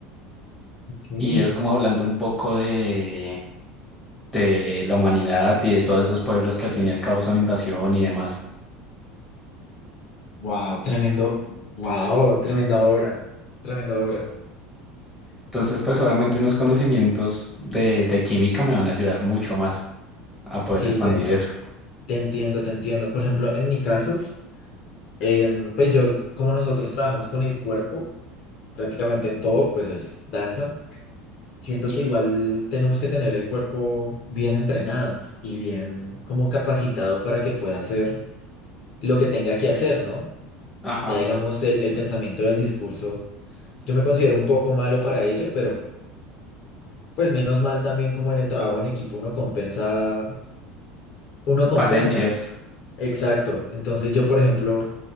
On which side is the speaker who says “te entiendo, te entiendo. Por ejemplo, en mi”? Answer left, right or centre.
Left